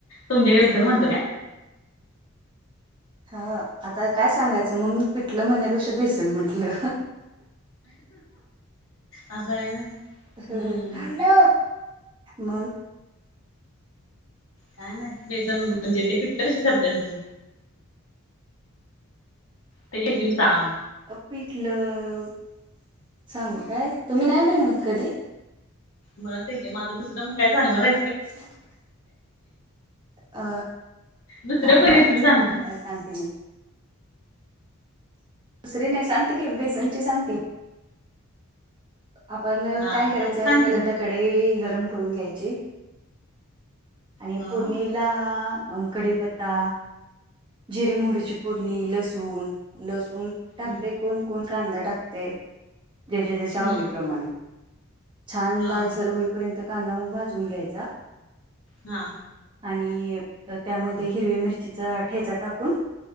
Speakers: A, on the left; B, on the right.
A: तुमच्याकडे
B: हम्म
A: बेसन म्हणतो काय.
B: हा, आता काय सांगायचं मग ममी, पिटलं म्हणण्या्यापेक्षा बेसून म्हटलं.
A: असं आहे होय
B: हॅलो,
A: हम्म
B: मग
A: काय नाही,, बेसन म्हणजे ते पिटलं कशी करत्यास तू? त कशी मी सांग?
B: अ पिटलं, सांगू काय? तुम्ही नाही बनवत कधी?
A: बणवतय की, म आता दुसरं काय सांगणार आहेच काय?
B: सात, अ,
A: दुसऱ्या
B: थांबा
A: काय रेसिपी सांग की.
B: सांगते मी, दुसरी नाही सांगते की, बेसनची सांग ती. आपण
A: हा
B: काय करायचं,
A: चालते सांग
B: पहिल्यांदा
A: की
B: कडई गरम करून घ्यायची, आणि
A: हा
B: फुडणीला, कडीपत्ता, जिरीे मोहरीची फोडणी, लसूण, लसूण टाकते,
A: हम्म
B: कोण कोण कांदा टाकतेय, ज्याच्या त्याच्या
A: हम्म
B: आवडीप्रमाण. छान
A: हा
B: लाल सर होईपर्यंत कांदा मग भाजून घ्यायचा.
A: हा
B: आणि, त्यामध्ये हिरव्या मिरचीचा ठेचा टाकून,